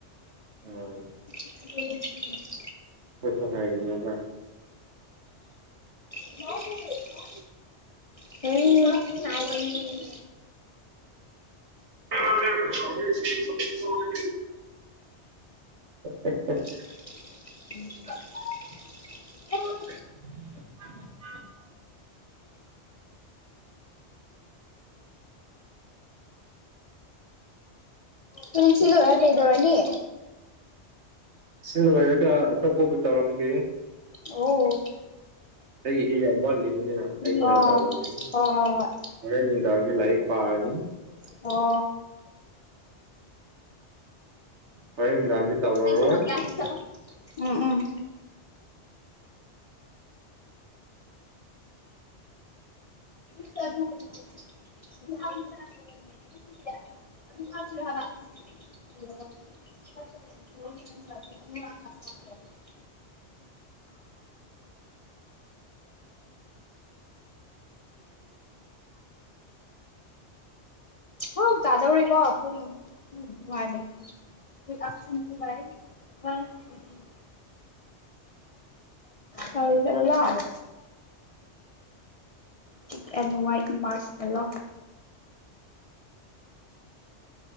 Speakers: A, on the right; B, on the left.
A: <inaudible>
B: <inaudible>
A: ꯑꯈꯣꯏꯁꯨ ꯍꯥꯏꯕꯅꯦꯕ꯫
B: <inaudible> <inaudible> <inaudible>
A: <unintelligible> <unintelligible>
B: <unintelligible>
A: <unintelligible>
B: ꯄꯨꯟꯁꯤ ꯂꯣꯏꯔ ꯀꯩꯗꯧꯔꯅꯤ꯫
A: ꯁꯤ ꯂꯣꯏꯔꯒ ꯑꯇꯣꯞꯄꯕꯨ ꯇꯧꯔꯝꯒꯦ꯫
B: ꯑꯣ꯫
A: ꯑꯩꯗꯤ ꯌꯥꯝ ꯋꯥꯠꯂꯤꯕꯅꯤꯅ ꯑꯩ ꯈꯔ
B: ꯑꯣ
A: ꯇꯧꯔꯒꯦ꯫
B: ꯍꯣꯏ ꯍꯣꯏ ꯍꯣꯏ
A: ꯍꫭꯔꯦꯟ ꯅꯨꯡꯗꯥꯡꯗꯤ ꯂꯥꯏꯔꯤꯛ ꯄꯥꯔꯅꯤ꯫
B: ꯍꯣ꯫
A: ꯍꯣꯔꯦꯟ ꯅꯨꯡꯗꯥꯡꯗꯤ꯫ ꯇꯧꯔꯔꯣꯏ
B: <unintelligible> ꯆꯠꯂꯣ ꯎꯝ ꯎꯝ꯫ <unintelligible> <inaudible> <unintelligible> ꯑꯗꯨ ꯍꯥꯞꯁꯤꯔ ꯍꯥꯕ꯫ <inaudible> <inaudible> <unintelligible> ꯇꯥꯗꯧꯔꯦꯀꯣ ꯄꯨꯡ꯫ ꯎꯝ ꯅꯨꯡꯉꯥꯏꯕꯅꯤ꯫ <unintelligible> ꯆꯠꯂꯨ ꯆꯠꯂꯨ ꯂꯥꯛꯑꯕꯣ꯫ ꯄꯤꯛ ꯑꯦꯟ ꯍꯋꯥꯠ ꯃꯥꯁ ꯑꯦꯂꯣ꯫